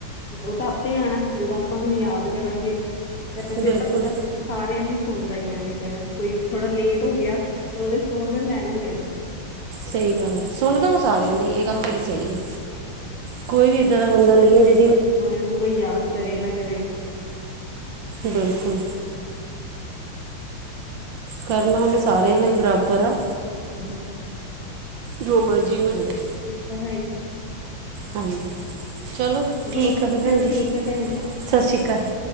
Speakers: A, on the left (about 50°); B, on the right (about 70°).
A: ਉਹ ਤਾਂ ਆਪੇ ਆਉਣਾ ਜਦੋਂ ਆਪਾਂ ਉਹਨੂੰ ਯਾਦ ਕਰਾਂਗੇ ਤਾਂ। <unintelligible>
B: ਬਿਲਕੁਲ
A: ਸਾਰਿਆਂ ਦੀ ਸੁਣਦਾ ਹੀ ਐਵੇਂ ਕਹਿਣਾ ਕੋਈ ਥੋੜਾ ਲੇਟ ਹੋ ਗਿਆ। ਉਹਨੇ ਸੁਨ ਲੈਣੀ ਹੈ।
B: ਸਹੀ ਗੱਲ ਹੈ ਸੁਣਦਾ ਉਹ ਸਾਰਿਆਂ ਦੀ ਇਹ ਗੱਲ
A: ਹਾਂ
B: ਤੁਹਾਡੀ ਸਹੀ ਹੈ। ਕੋਈ ਵੀ ਇਏਦਾਂ ਦਾ ਬੰਦਾ ਨਹੀਂ ਹੈ ਜ
A: ਭਾਵੇਂ ਉਹਨੂੰ ਕੋਈ ਯਾਦ ਕਰੇ ਨਾ ਕਰੇ
B: ਬਿਲਕੁਲ! ਕਰਨਾ ਉਹਨੇ ਸਾਰਿਆਂ ਲਈ ਬਰਾਬਰ ਆ।
A: ਹਮ।
B: ਜੋ ਮਰਜ਼ੀ ਹੋ ਜਵੇ।
A: <unintelligible>
B: ਹਾਂਜੀ ਚਲੋ। ਠੀਕ
A: ਬਹੁਤ
B: ਆ ਫਿਰ ਭੈਣ
A: ਜੋ
B: ਜੀ
A: ਠੀਕ ਹੈ ਭੈਣ ਜੀ।
B: ਸਤਿ ਸ਼੍ਰੀ ਅਕਾਲ!